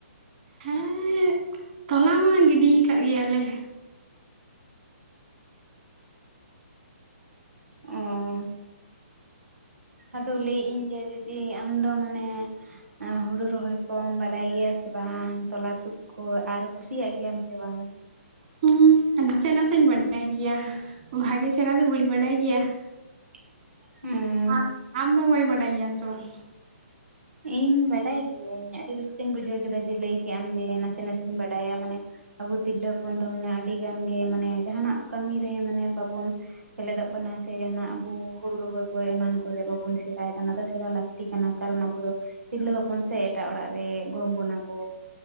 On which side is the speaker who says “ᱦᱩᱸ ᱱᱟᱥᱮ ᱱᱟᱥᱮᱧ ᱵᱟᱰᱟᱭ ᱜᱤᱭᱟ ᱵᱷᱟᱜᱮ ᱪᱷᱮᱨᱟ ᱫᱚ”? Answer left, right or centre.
Right